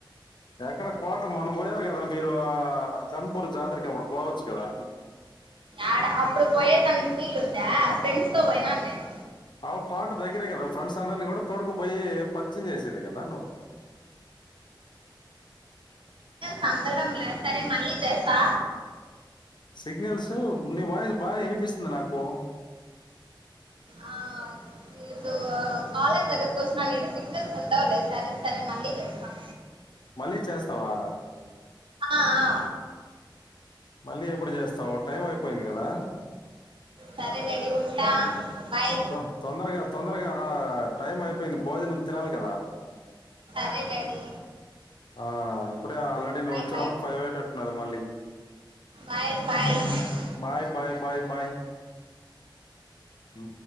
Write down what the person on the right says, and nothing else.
ఆడ అప్పుడు పోయే తనకి వీలుందా ఫ్రెండ్స్ తో పోయినా నేను
సందడం లే సరే మళ్ళీ చేస్తా
ఆ ఇటు కాలేజ్ దగ్గరకు వచ్చిన నేడు సిగ్నల్స్ ఉండవులేదు సరే సరే మళ్ళీ చేస్తాం
ఆ ఆ
సరే డాడీ ఉంటా బాయ్
సరే డాడీ
bye
bye
bye bye